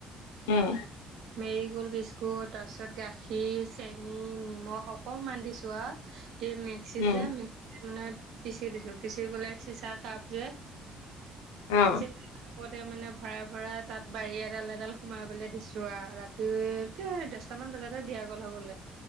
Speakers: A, on the left; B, on the right.
A: um
B: Marie gold biscuit তাৰ পিছত গাখীৰ চেনী নিমখ অকণমান দিছো আৰু দি <unintelligible> মিক্সিত
A: উম
B: যে মিক্সিত মানে পিচি দিছো পিচি পেলে চিচাৰ কাপ যে
A: অ
B: কাপতে মানে ভৰাই ভৰাই তাত বাৰী এডাল এডাল সোমাই পেলাই দিছো যোৱা ৰাতি তে দহটামান বজাতে দিয়া গ'ল হবলে